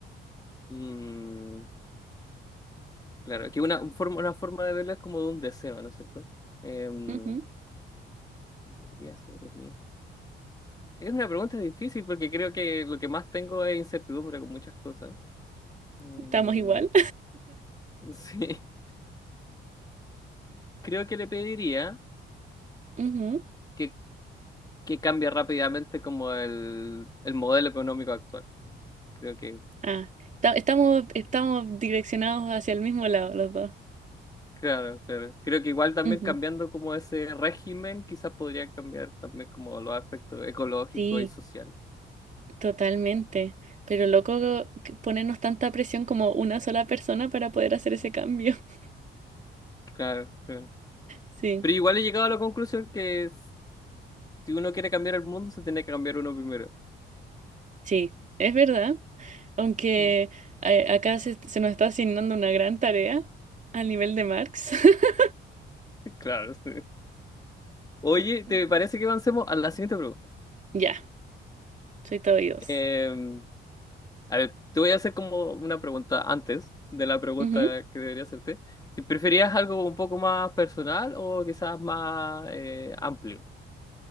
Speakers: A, on the left; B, on the right.
A: Mm, claro, que una, un forma, una forma de verlo es como de un deseo, ¿no es cierto? Em,
B: Ujú,
A: ¿qué pediría sobre mí? Es una pregunta difícil porque creo que lo que más tengo es incertidumbre con muchas cosas. Mm,
B: ¿Estamos igual?
A: sí, <laughs> creo que le pediría
B: <laughs> Ujú,
A: que, que cambie rápidamente como el, el modelo económico actual. Creo que
B: Ah, esta- estamos, estamos direccionados hacia el mismo lado los dos.
A: Claro, claro. Creo que igual también
B: Ujú.
A: cambiando como ese régimen, quizás podría cambiar también como los aspectos ecológicos
B: Sí,
A: y sociales.
B: totalmente. Pero loco que ponernos tanta presión como una sola persona para poder hacer ese cambio. <laughs>
A: Claro, claro.
B: Sí,
A: Pero igual he llegado a la conclusión que s- si uno quiere cambiar el mundo, se tiene que cambiar uno primero.
B: sí, es verdad. Aunque
A: Mm.
B: eh, acá se, se nos está asignando una gran tarea al nivel de Marx. <laughs>
A: Claro, sí. Oye,
B: Ujú.
A: ¿te parece que avancemos a la siguiente pregunta?
B: Ya, soy todo oídos.
A: Eh, a ver, te voy a hacer como una pregunta antes de la pregunta
B: Ujú.
A: que debería hacerte. Si preferías algo un poco más personal o quizás más eh, amplio.